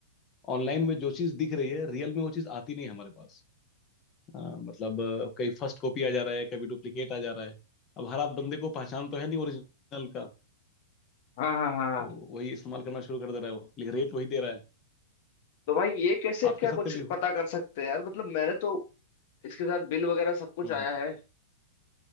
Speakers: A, on the left (about 20°); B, on the left (about 40°).
A: ऑनलाइन में जो चीज दिख रही है रियल में वो चीज आती नहीं है हमारे पास हाँ, मतलब अ, कई फर्स्ट कॉपी आ जा रहा है कभी डुप्लीकेट आ जा रहा है अब हर आध बंदे को पहचान तो है नहीं ओरिजिनल का
B: हाँ हाँ हाँ हाँ।
A: तो वही इस्तेमाल करना शुरू कर दे रहा है वो लेकिन रेट वही दे रहा है
B: तो भाई ये कैसे
A: आपके
B: क्या
A: साथ
B: कुछ
A: कभी हो-
B: पता कर सकते हैं यार मतलब मैंने तो इसके साथ बिल वगैरह सब कुछ
A: हम्म
B: आया
A: हम्म।
B: है